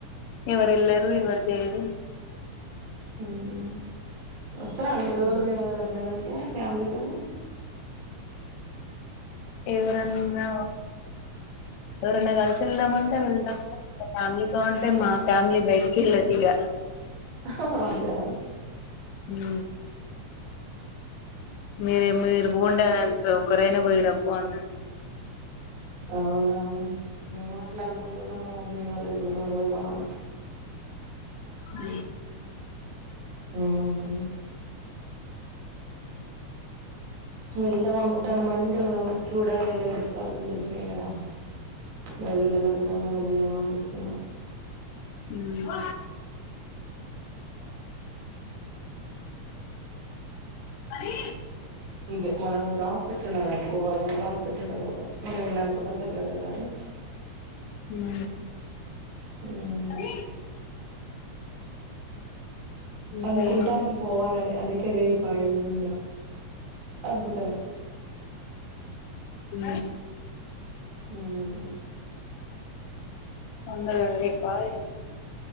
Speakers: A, on the left (about 75°); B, on the right (about 75°).
A: ఎవరు ఎల్లరు ఎవరు చేయ్యరు
B: మ్మ్ వస్తారా అండి మేమేమన్న
A: హ్మ్.
B: వెళ్తే తే ఫ్యామీలీతోనే
A: ఎవరన్నా ఎవరన్నా కలిసి వెళ్దామంటా వెళ్దాం ఫ్యామిలీ తో అంటే మా ఫ్యామిలీ బయటికి వెళ్ళదు ఇగ
B: హా హ్ అంతేనా
A: ఉ మీరే మీరు బొండనంటే ఒకరైనా పోయరాపో అన్నాడు
B: అవునా మేము అట్లా అనుకుంటున్నాము మమ్మీ వాళ్ళ ఇంటికి మేము వెళ్దామఅని
A: అ
B: మ్మ్ వెళ్దాం అనుకుంటానమ్ గానీ ఇంకా చూడాలఅనేసి ప్రాబ్లమ్ తెలుసి అంతే కదా మరి వెళ్ళగలుగుతామా వెళ్ళలేమో అని చూస్తున్నాం
A: హ్మ్. హరి
B: రా మనం హాస్పిటల్ పండుకోవాలంటే హాస్పిటల్ కి పోతాం మనం ఎం అనుకున్నా జరగదు కదా అది
A: ఆ
B: మ్
A: అమ్మి ఇంకా
B: అనుకుంటాను
A: ఏముంది
B: పోవాలని అందుకే రేపా ఎల్లుండా అనుకుంటన్నము
A: ఉ
B: మ్మ్ హ్హ్
A: ఉన్నదా చెప్పాలి